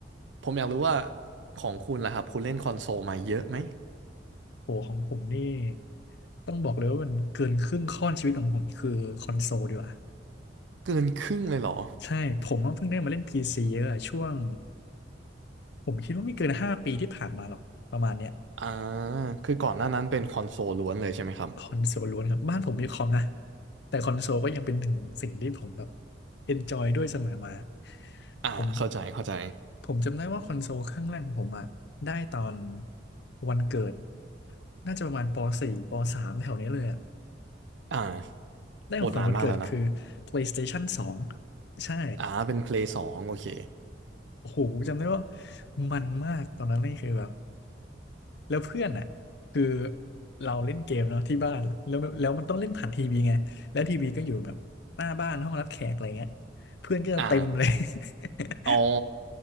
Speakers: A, on the right; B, on the left.
A: ผมอยากรู้ว่าของคุณล่ะครับคุณเล่นคอนโซลมาเยอะไหม
B: โหของผมนี่ต้องบอกเลยว่ามันเกินครึ่งข้อนชีวิตของผมคือคอนโซลดีกว่า
A: เกินครึ่งเลยเหรอ
B: ใช่ผมว่าเพิ่งได้มาเล่น PC เยอะอะช่วงผมคิดว่าไม่เกินห้าปีที่ผ่านมาหรอกประมาณเนี้ย
A: อ่าคือก่อนหน้านั้นเป็นคอนโซลล้วนเลยใช่ไหมครับ
B: คอนโซลล้วนครับบ้านผมมีคอมนะแต่คอนโซลก็ยังเป็นหนึ่งสิ่งที่ผมแบบเอนจอยด้วยเสมอมา
A: อ่าเข้าใจเข้าใจ
B: ผมผมจำได้ว่าคอนโซลเครื่องแรกของผมอะได้ตอนวันเกิดน่าจะประมาณป .4 ป .3 แถวนี้เลยอะ
A: อ่า
B: ได้ของขวัญวันเกิดคือ
A: อดนานมากแล้วนะ
B: PlayStation 2ใช่
A: อ่าเป็นเพลย์สองโอเค
B: โอ้โหจำได้ว่ามันมากตอนนั้นนี่คือแบบแล้วเพื่อนอ่ะคือเราเล่นเกมเนาะที่บ้านแล้วแล้วมันต้องเล่นผ่านทีวีไงแล้วทีวีก็อยู่แบบหน้าบ้านห้องรับแขกอะไรเงี้ยเพื่อนก็จะเต็มเลย
A: อ่า
B: <laughs>
A: อ๋อ